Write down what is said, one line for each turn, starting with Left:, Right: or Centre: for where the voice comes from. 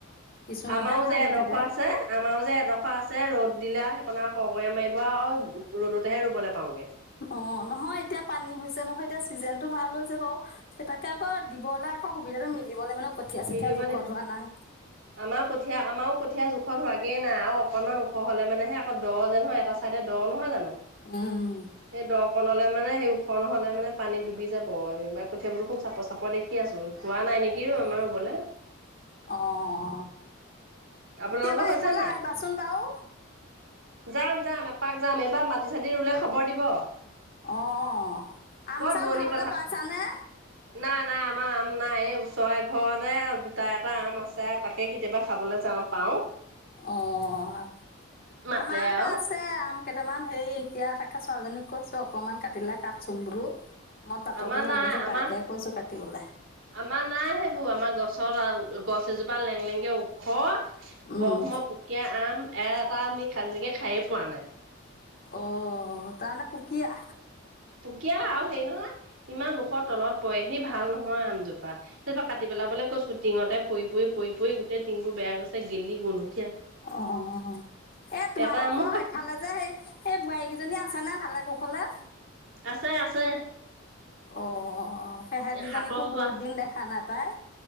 Left: কিছুমানহে
Right: আমাৰো
Left: ভাল
Right: যে
Left: হৈ
Right: এডখৰ
Left: থাকে
Right: আছে আমাৰো যে এডখৰ আছে ৰ'দ দিলে সেইকনা কৰকীয়া মাৰিব আও ৰ'দতেহে ৰুবলে পাওঁগে।
Left: অহ, নহয় এতিয়া পানী হৈছে নহয় এতিয়া চিজনে টো ভাল হৈছে বাৰু চে তাকে আকৌ দিবলে আকৌ সুবিধাটো মেলিবলৈ মানে কঠীয়া চঠীয়া
Right: মিলিব
Left: জোখত
Right: লাগিব
Left: হোৱা নাই।
Right: আমাৰ কঠীয়া -আমাৰ কঠীয়া জোখ ওখ লাগেই না আৰু অকণমান ওখ হ'লে মানেহে আকৌ দ' যেহ হয় এটা চাইডে দ' নহয় জানো।
Left: উম।
Right: সেই দ কণলে মানে সেই ওখ নহলে মানে পানী ডুবি যাব এইবাৰ কঠিয়াবোৰ দেখোন চাপৰ -চাপৰ দেখি আছো হোৱা নাই নেকি
Left: <inaudible>
Right: আমাৰ ৰুবলে
Left: অ',
Right: আপোনালোকৰ
Left: কেতিয়াবা
Right: হৈছে
Left: এফালে
Right: নাই
Left: আহিবাচোন বাৰু।
Right: যাম -যাম এপাক যাম এইবাৰ মাটি- চাতি ৰুলে খবৰ দিব।
Left: অ'
Right: <inaudible>
Left: আম
Right: বৰ
Left: চাম
Right: দুৱণি
Left: খাবলৈ
Right: পথাৰ
Left: পাইছানে?
Right: নাই -নাই আমাৰ নাই এই ওচৰ এঘৰৰে দুটা -এটা আম আছে তাকে কেতিয়াবা খাবলৈ যাওঁ পাওঁ।
Left: অহ,
Right: মাতে
Left: আমাৰ আকৌ
Right: আৰু
Left: আছে আম। কেইটামান হেই এতিয়া তাকে ছোৱালীজনীক কৈছো অকমান কাটিলে কাটচোন বোলো। মই তাঁততে
Right: আমাৰ নাই
Left: লাগি আছো
Right: আমাৰ
Left: তাইকে
Right: -আমাৰ
Left: কৈছো কাটিবলে
Right: <inaudible> নাই সেইবোৰ আমাৰ গছৰ <unintelligible> গছ এজোপা লেংলেঙকে ওখ ব্ৰহ্ম
Left: উম
Right: পুকীয়া আম এ, এটা আমি খাজিলৈকে খায়ে পোৱা নাই।
Left: অহ, তামানে পুকীয়া?
Right: পুকীয়া আৰু হেৰি নহয় ইমান ওখৰ তলত পৰে সি ভাল নহয় আমজোপা সেইজোপা কাটি পেলাব বলৈ কৈছো টিঙতে পৰি- পৰি গোটেইটিংবোৰ বেয়া গৈছে গেলি গোন্ধ
Left: অহ এ, তোমালোকৰ
Right: এটা আমো খাব
Left: সেইফালে যে সেই এই বোৱাৰীকেইজনী আছে নে ভালে কুশলে?
Right: আছে -আছে।
Left: অ', সেহেতকেইজনীকো
Right: হাতৰ
Left: বহুত
Right: চোৱা
Left: দিন দেখা না পাই।